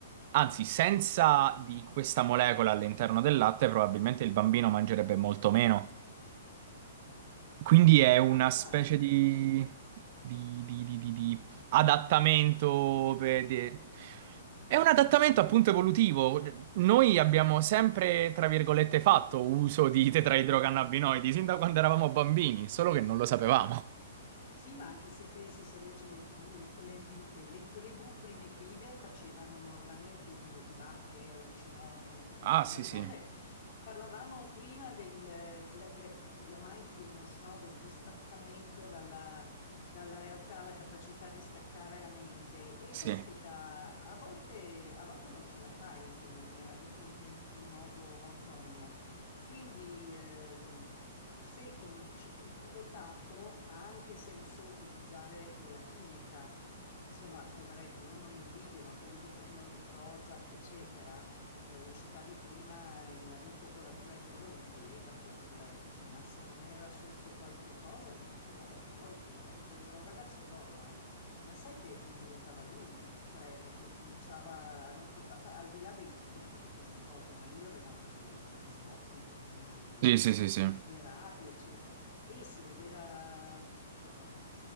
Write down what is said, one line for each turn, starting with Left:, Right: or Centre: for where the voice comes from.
Right: anzi, senza di questa molecola all'interno del latte, probabilmente il bambino mangerebbe molto meno. Quindi è una
Left: Ah, ma
Right: specie
Left: guarda,
Right: di,
Left: quindi...
Right: di- di- di- di- di adattamento per- di- È un adattamento appunto evolutivo. Noi abbiamo sempre, tra virgolette, fatto uso di tetraidrocannabinoidi sin da quando eravamo bambini, solo che non lo sapevamo.
Left: Sì, ma anche se pensi, se leggi le TV, le, ti- eh, le tribù primitive facevano normalmente uso di bacche, allucinogene o cose
Right: Ah,
Left: così.
Right: sì,
Left: D'altronde
Right: sì,
Left: parlavamo prima della mindfulness, no? Del distaccamento dalla, dalla realtà, la capacità di staccare la mente. E
Right: sì,
Left: caspita, a volte, a volte non ce la fai in maniera, in in- in modo autonomo. Quindi ehm, se, come dici tu, pilotato, ha anche senso utilizzare della chimica. Insomma, poveretti, io non li invidio, ma quelli che prendono il Prozac, eccetera, eh, o citavi prima il- l'amico con la Tourette, io avevo un collega con la Tourette, ma se non era sotto qualche cosa, questo qui dava fuori, poveretto, ed era un ragazzo d'oro, eh. Ma sai che non diventava lui, cioè eh, co- cominciava a non, con- a pa- al di là dei tic di queste cose, ma lui aveva anche delle- degli sbotti improvvisi di,
Right: sì, sì, sì, sì. E
Left: di rabbia, eccetera. E si vedeva proprio a vi-